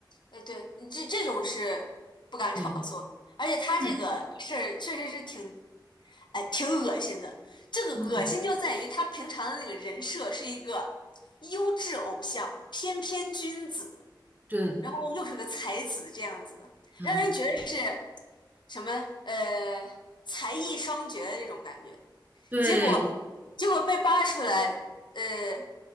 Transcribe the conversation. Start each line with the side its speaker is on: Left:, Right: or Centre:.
Left: 哎，对，你这这种是不敢炒作的，
Right: 对。
Left: 而且他这个事儿确实是挺，
Right: 是，
Left: 哎，挺恶心的。这个恶心就在于他平常的那个人设是一个优质偶像、
Right: 嗯，
Left: 翩翩君子。
Right: 对，
Left: 然后又是个才子这样子的，
Right: 嗯，
Left: 让人觉得是什么呃才艺双绝的这种感觉。
Right: 对，
Left: 结果结果被扒出来，呃，